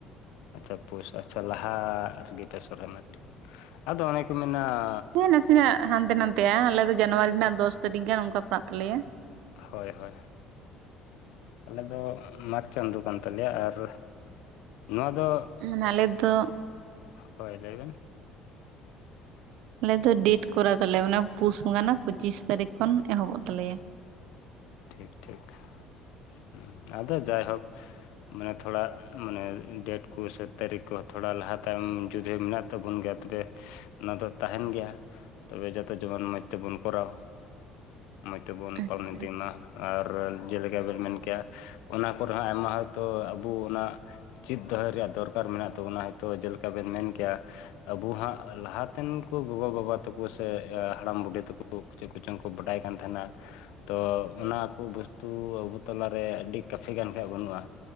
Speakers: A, on the left; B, on the right.
A: ᱟᱪᱪᱷᱟ ᱯᱩᱥ ᱟᱪᱪᱷᱟ ᱞᱟᱦᱟ ᱨᱮ ᱜᱮ ᱯᱮ ᱥᱚᱨᱦᱟᱭᱚᱜ ᱟᱫᱚ ᱚᱱᱮ ᱠᱚ ᱢᱮᱱᱟᱻᱟ᱾
B: ᱦᱮᱸ ᱱᱟᱥᱮᱱᱟᱜ ᱦᱟᱱᱛᱮ ᱱᱟᱛᱮ-ᱟ ᱟᱞᱮ ᱫᱚ ᱡᱟᱱᱣᱟᱨᱤ ᱨᱮᱱᱟᱜ ᱫᱚᱥ ᱛᱟᱹᱨᱤᱠᱷ ᱜᱟᱱ ᱚᱱᱠᱟ ᱯᱟᱲᱟᱜ ᱛᱟᱞᱮᱭᱟ᱾
A: ᱦᱳᱭ ᱦᱳᱭ ᱟᱞᱮ ᱫᱚ ᱢᱟᱜᱽ ᱪᱟᱸᱫᱚ ᱠᱟᱱ ᱛᱟᱞᱮᱭᱟ ᱟᱨ ᱱᱚᱣᱟ ᱫᱚ
B: ᱢᱟᱱᱮ ᱟᱞᱮ ᱫᱚ
A: ᱦᱳᱭ ᱞᱟᱹᱭ ᱵᱮᱱ
B: ᱟᱞᱮ ᱫᱚ ᱰᱮᱴ ᱠᱚᱨᱟ ᱛᱟᱞᱮ ᱢᱟᱱᱮ ᱯᱩᱥ ᱵᱚᱸᱜᱟ ᱨᱮᱱᱟᱜ ᱯᱩᱪᱤᱥ ᱛᱟᱹᱨᱤᱠᱷ ᱠᱷᱚᱱ ᱮᱦᱚᱵᱽᱚᱜ ᱛᱟᱞᱮᱭᱟ᱾
A: ᱴᱷᱤᱠ ᱴᱷᱤᱠ ᱦᱮᱸ ᱟᱫᱚ ᱡᱟᱭ ᱦᱳᱠ ᱢᱟᱱᱮ ᱛᱷᱚᱲᱟ ᱢᱟᱱᱮ ᱰᱮᱴ ᱠᱚ ᱥᱮ ᱛᱟᱹᱨᱤᱠᱷ ᱠᱚ ᱛᱷᱚᱲᱟ ᱞᱟᱦᱟ ᱛᱟᱭᱚᱢ ᱡᱩᱫᱤ ᱢᱮᱱᱟᱜ ᱛᱟᱵᱚᱱ ᱜᱮᱭᱟ ᱛᱚᱵᱮ ᱚᱱᱟ ᱫᱚ ᱛᱟᱦᱮᱱ ᱜᱮᱭᱟ ᱛᱚᱵᱮ ᱡᱚᱛᱚ ᱡᱮᱢᱚᱱ ᱢᱚᱡᱽ ᱛᱮᱵᱚᱱ ᱠᱚᱨᱟᱣ ᱢᱚᱡᱽ ᱛᱮᱵᱚᱱ
B: ᱟᱪᱪᱷᱟ᱾
A: ᱯᱟᱞᱚᱱ ᱤᱫᱤᱭ ᱢᱟ ᱟᱨ ᱡᱮᱞᱮᱠᱟ ᱵᱮᱱ ᱢᱮᱱ ᱠᱮᱜᱼᱟ ᱚᱱᱟ ᱠᱚᱨᱮ ᱦᱚᱸ ᱟᱭᱢᱟ ᱦᱚᱭ ᱛᱚ ᱟᱵᱚ ᱚᱱᱟ ᱪᱮᱫ ᱫᱚᱦᱚᱭ ᱨᱮᱭᱟᱜ ᱫᱚᱨᱠᱟᱨ ᱢᱮᱱᱟᱜ ᱛᱟᱵᱚᱱᱟ ᱦᱚᱭ ᱛᱚ ᱡᱮᱞᱮᱠᱟ ᱵᱮᱱ ᱢᱮᱱ ᱠᱮᱭᱟ ᱟᱵᱩ ᱦᱟᱸᱜ ᱞᱟᱦᱟᱛᱮᱱ ᱠᱩ ᱜᱚᱜᱚ ᱵᱟᱵᱟ ᱛᱟᱠᱚ ᱥᱮ ᱦᱟᱲᱟᱢ ᱵᱩᱰᱷᱤ ᱛᱟᱠᱚ ᱪᱮᱫ ᱠᱚᱪᱚᱝ ᱠᱚ ᱵᱟᱰᱟᱭ ᱠᱟᱱ ᱛᱟᱦᱮᱱᱟ ᱛᱚ ᱚᱱᱟ ᱠᱚ ᱵᱚᱥᱛᱩ ᱟᱵᱚ ᱛᱟᱞᱟᱨᱮ ᱟᱹᱰᱤ ᱠᱟᱯᱷᱤ ᱜᱟᱱ ᱠᱷᱟᱱ ᱵᱟᱹᱱᱩᱜ-ᱟ᱾